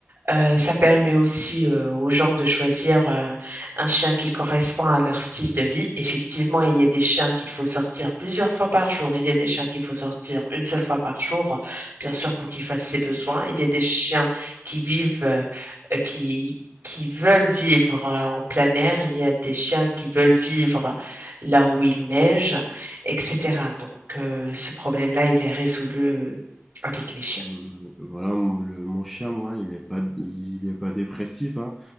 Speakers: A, on the right; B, in the centre.
A: Euh, ça permet aussi euh, aux gens de choisir euh, un chien qui correspond à leur style de vie. Effectivement, il y a des chiens qu'il faut sortir plusieurs fois par jour. Il y a des chiens qu'il faut sortir une seule fois par jour, bien sûr, pour qu'ils fassent ses besoins. Il y a des chiens qui vivent, euh, euh, qui, qui veulent vivre euh, en plein air. Il y a des chiens qui veulent vivre là où il neige, etc. Donc, euh, ce problème-là, il est résolu euh, avec les chiens.
B: Hum, Voilà, mon- le, mon chien, moi, il est pas, il est pas dépressif, hein.